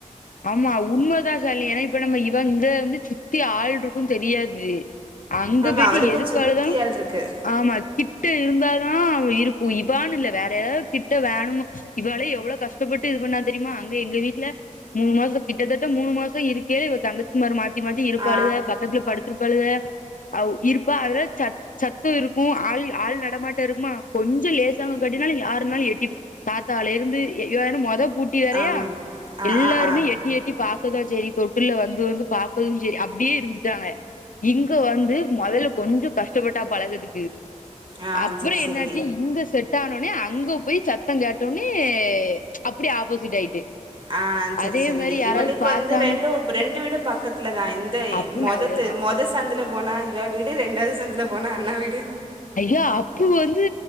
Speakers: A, on the left; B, on the right.
A: ஆமா உண்மதா சால் ஏன்னா இப்ப நம்ம இவ இங்க வந்து சுத்தி ஆள்ருக்கு தெரியாது அங்க
B: ஆமா
A: போய்ட்டு
B: அவளுக்கு
A: எதுக்கு
B: சுத்தி
A: அழுதா
B: ஆள் இருக்கு
A: ஆமா கிட்ட இருந்தாதா அவ இருக்கு இவான்னு இல்ல வேற எதாவது திட்ட வேணும்மு இவாலே எவ்ளோ கஷ் டப்பட்டு இது பண்ணா தெரிமா அங்க எங்க வீட்ல மூணு மாசோ கிட்டத்தட்ட மூணு மாசோ இருக்கேல இவ தங்கச்சிமார் மாத்தி மாத்தி இருப்பாளுக
B: ஆ
A: கப் பெட்ல படுத்துருப்பாழுக அவ் இருப்பா அதுல சட் சத்தோ இருக்கு ஆள் ஆள் நடமாட்டே இருக்குமா கொஞ்சோ லேசாங்க கட்டினாலு யாருனாலு எட்டிட்டு தாத்தால இருந்து எ எ மொத பூட்டி வேறயா
B: ஆம் ஆ
A: எல்லா
B: ஆ ஆ
A: எட்டி எட்டி பாக்கதா செரி தொட்டுல்ல வந்து வந்து பாக்கவு செரி அப்டியே இருந்துட்டாங்க இங்க வந்து மொதல்ல கொஞ்சோ கஷ்டப்பட்டா பழகதுக்கு
B: ஆ
A: அப்பறோ
B: சரி சரி
A: என்னாச்சு இங்க செட் டானோன்னே அங்க போய் சத்தோ கேட்டோன்னே அப்படியே ஆப்போசிட் ஆயிட்டு
B: ஆ செரி
A: அதே
B: செரி
A: மாரி யாராவது
B: இவளுக்கு
A: பாத்தாங்க
B: வந்து ரெண்டூ ஃப்ரெண்ட் வீடு பக்கத்துலதா இந்த
A: அப்பு
B: மொத
A: நல்லதுதா
B: தெ மொ சந்துல போனா எங்க வீடு ரெண்டாவது சந்தல போனா அண்ணா வீடு
A: ஐயா அப்பு வந்து